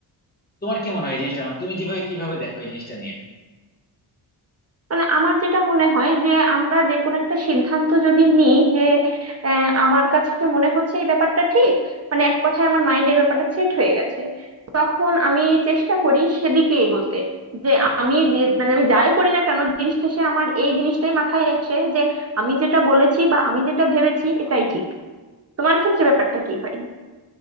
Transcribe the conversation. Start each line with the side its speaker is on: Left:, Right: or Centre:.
Left: তোমার কি মনে হয় এই জিনিসটা মানে তুমি যেভাবে কিভাবে দেখো এই জিনিসটা নিয়ে
Right: মানে আমার যেটা মনে হয় যে আমরা যে কোনো একটা সিদ্ধান্ত যদি নিই যে আহ, আমার কাছে মনে হচ্ছে এই ব্যাপারটা ঠিক মানে এক কথায় আমার মাইন্ডে এই ব্যাপারটা সেট হয়ে গেছে তখন আমি চেষ্টা করি সেদিকে এগোতে যে আমি যে মানে আমি যাই করি না কেন দিন শেষে আমার এই জিনিসটাই মাথায় আসে যে আমি যেটা বলেছি বা আমি যেটা ভেবেছি এটাই ঠিক তোমার ক্ষেত্রে ব্যাপারটা কি হয়